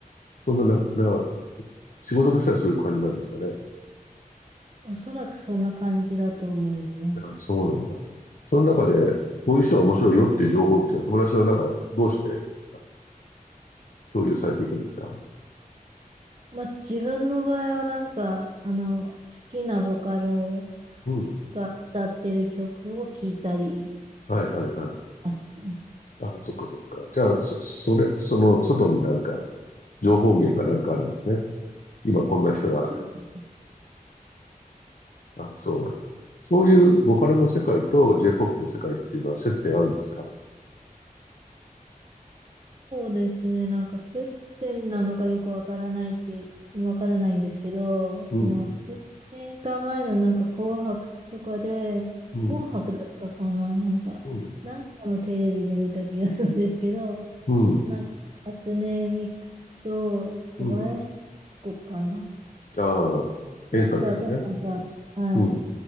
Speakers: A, on the left; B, on the right.
A: そんな、な、な、仕事としてはそういう感じなんですかね。
B: おそらくそんな感じだと思います。
A: ああ、そうなんだ。その中で、こういう人が面白いよっていう情報っていうのは、友達はなんか、どうしてあ共有されていくんですか
B: まあ、自分の場合はなんか、あの、好きなボカロ
A: うん。
B: が歌ってる曲を聴いたり
A: はいはいはい。
B: ますね。
A: ああ、そっかそっか。じゃあ、そ、それ、その、外になんか、情報源がなんかあるんですね。今こんな人が
B: そう
A: あ、そうなんだ。そういうボカロの世界と J-POP の世界っていうのは接点あるんですか
B: ですね、なんか接点なのかよくわからないけ、わからないんですけど、その数年か前のなんか紅白とかで、
A: うん、うん、
B: 紅白だったかな、なんか、
A: うん、
B: なんかのテレビで見た気がするんですけど、
A: うん、
B: なんか、初音ミクと小林幸子かな。
A: うん。ああ、
B: なんかが、
A: 演歌の人ね。
B: なんか、はい。
A: うん。